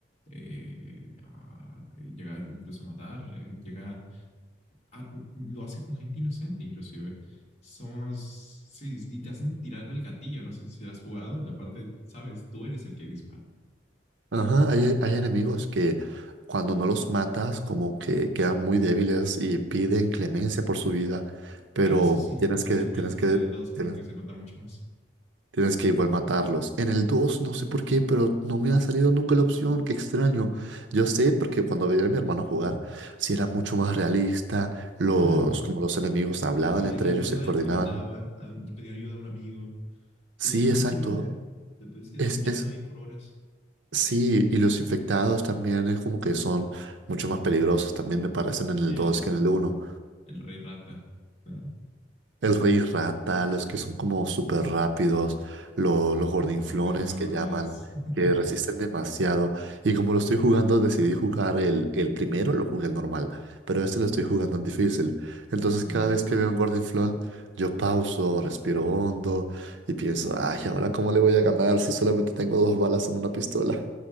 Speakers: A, on the left (about 35°); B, on the right (about 75°).
A: eh, a- eh, llega incluso a matar, eh, llega a- lo hace con gente inocente, inclusive. Somos, sí, y te hacen tirar el gatillo, no sé si lo has jugado en la parte, ¿sabes? Tú eres el que dispara.
B: Ajá, hay, hay enemigos que cuando no los matas como que quedan muy débiles y piden clemencia por su vida, pero
A: Ah, eso sí,
B: tienes
A: eso
B: que,
A: sí fue
B: tienes
A: el,
B: que,
A: el 2, creo
B: tienes,
A: que se nota mucho más.
B: tienes que igual matarlos. En el 2 no sé por qué, pero no me ha salido nunca la opción, qué extraño. Yo sé porque cuando veía a mi hermano jugar, si era mucho más realista, los,
A: Claro,
B: como los enemigos hablaban
A: pedían
B: entre
A: ayuda,
B: ellos, se coordinaban.
A: gritaban, a- pedían ayuda a un amigo
B: Sí,
A: Tenía su
B: exacto.
A: propia vida. Te puedes quedar
B: Es,
A: escuchando
B: es,
A: ahí por horas.
B: Sí, y los infectados también es como que son mucho más peligrosos, también me parecen en el
A: El,
B: 2 que en el uno.
A: el Rey Rata, ¿no?
B: El rey rata, los que son como súper rápidos, lo- los gordinflones
A: Los gordinflones.
B: que llaman,
A: <laughs>
B: que resisten demasiado. Y como lo estoy jugando, decidí jugar el, el primero, lo jugué el normal, pero este lo estoy jugando en difícil. Entonces
A: Uy.
B: cada vez que veo un gordinflón, yo pauso, respiro hondo y pienso, ay, ¿ahora cómo le voy a ganar si solamente tengo dos balas en una pistola?